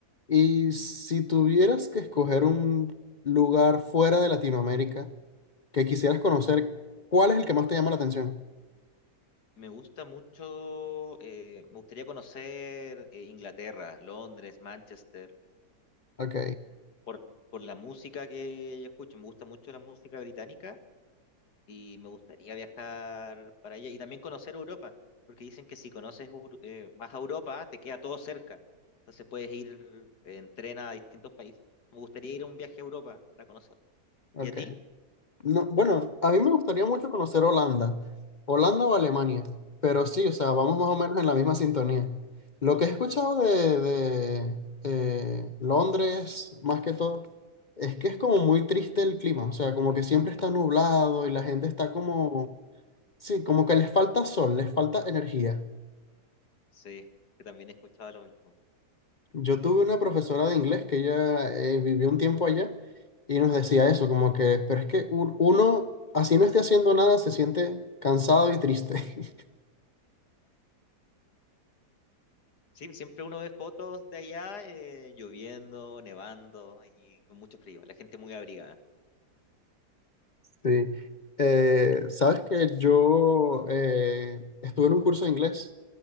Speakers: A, on the left; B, on the left.
A: Y si tuvieras que escoger un lugar fuera de Latinoamérica que quisieras conocer, ¿cuál es el que más te llama la atención?
B: Me gusta mucho, eh, me gustaría conocer eh, Inglaterra, Londres, Manchester,
A: Ok,
B: por, por la música que yo escucho. Me gusta mucho la música británica y me gustaría viajar para allá y también conocer Europa, porque dicen que si conoces, Eur- eh, vas a Europa, te queda todo cerca. Entonces puedes ir en tren a distintos países. Me gustaría ir a un viaje a Europa para conocer.
A: ok.
B: ¿Y a ti?
A: No, bueno, a mí me gustaría mucho conocer Holanda, Holanda o Alemania, pero sí, o sea, vamos más
B: Ya.
A: o menos en la misma sintonía. Lo que he escuchado de, de, eh, Londres, más que todo, es que es como muy triste el clima, o sea, como que siempre está nublado y la gente está como, sí, como que les falta sol, les falta energía.
B: Sí, que también he escuchado lo mismo.
A: Yo tuve una profesora de inglés que ella eh, vivió un tiempo allá y nos decía eso, como que, pero es que u- uno, así no esté haciendo nada, se siente cansado y triste. <laughs>
B: Sí, siempre uno ve fotos de allá eh, lloviendo, nevando y con mucho frío. La gente muy abrigada.
A: Sí. Eh, sabes que yo eh, estuve en un curso de inglés